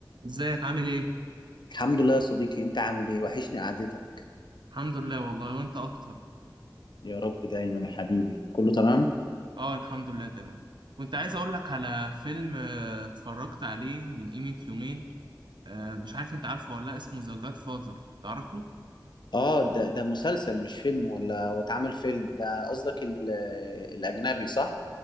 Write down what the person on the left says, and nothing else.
الحمد لله يا صديقي انت عامل ايه وحشني قعدتك
يا رب دايما يا حبيبي كله تمام
اه ده ده مسلسل مش فيلم ولا هو اتعمل فيلم ده قصدك ال- الاجنبي صح